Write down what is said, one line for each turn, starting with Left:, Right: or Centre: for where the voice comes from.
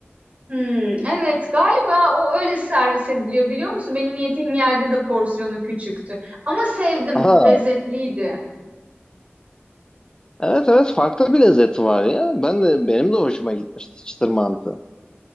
Right: Hımm, evet galiba o öyle servis ediliyor biliyor musun? Benim yediğim yerde de porsiyonu küçüktü ama sevdim,
Left: Aha,
Right: lezzetliydi.
Left: evet evet farklı bir lezzeti var ya. Ben de benim de hoşuma gitmişti çıtır mantı.